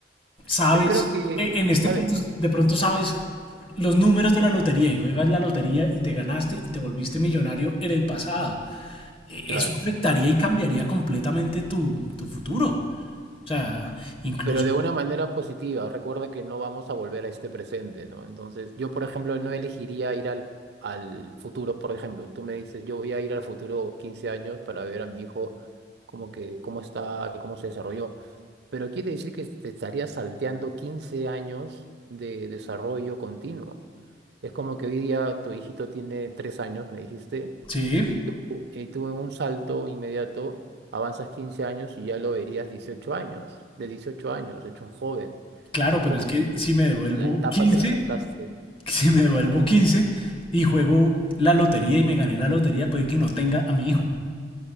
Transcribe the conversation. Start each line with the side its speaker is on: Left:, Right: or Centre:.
Left: sabes,
Right: Yo creo que,
Left: e- en este
Right: ¿sabe?
Left: punto de pronto sabes los números de la lotería y juegas la lotería y te ganaste y te volviste millonario en el pasado. E-
Right: Claro,
Left: Eso afectaría y cambiaría completamente tu, tu futuro. O sea, incluso,
Right: pero de una manera positiva. Recuerda que no vamos a volver a este presente, ¿no? Entonces, yo, por ejemplo, no elegiría ir al, al futuro, por ejemplo. Tú me dices, yo voy a ir al futuro 15 años para ver a mi hijo como que, cómo está, cómo se desarrolló. Pero quiere decir que te estarías salteando 15 años de desarrollo continuo. Es como que hoy día tu hijito tiene tres años, me dijiste,
Left: sí,
Right: y tú, y tú en un salto inmediato avanzas 15 años y ya lo verías 18 años, de 18 años, hecho un joven.
Left: claro,
Right: Es
Left: pero
Right: como
Left: es que
Right: que
Left: si me devuelvo
Right: la etapa
Left: 15,
Right: te la saltaste.
Left: <laughs> si me devuelvo 15 y juego la lotería y me gané la lotería, puede que no tenga a mi hijo.